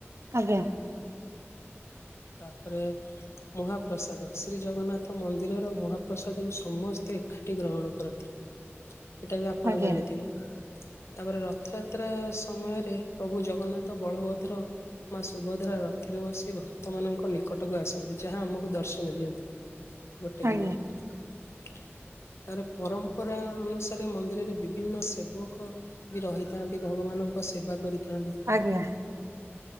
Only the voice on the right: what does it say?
ଆଜ୍ଞା
ଆଜ୍ଞା
ଆଜ୍ଞା
ଆଜ୍ଞା